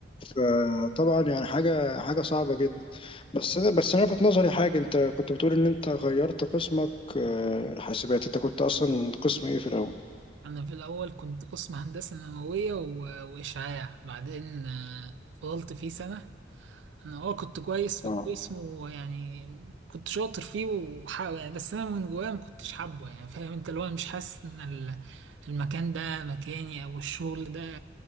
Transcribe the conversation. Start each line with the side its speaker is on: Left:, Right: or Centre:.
Left: فطبعا يعني حاجه حاجه صعبه جدا بس انا بس انا لفت نظري حاجه انت كنت بتقول ان انت غيرت قسمك آه، الحاسبات انت كنت اصلا قسم ايه في الاول
Right: انا في الاول كنت قسم هندسة نووية و- واشعاع بعدين آه فضلت فيه سنة انا اه كنت كويس في
Left: اه
Right: القسم ويعني كنت شاطر فيه وح... يعني بس انا من جوايا ما كنتش حابه يعني فاهم انت اللي هو مش حاسس ان ال- المكان ده مكاني او الشغل ده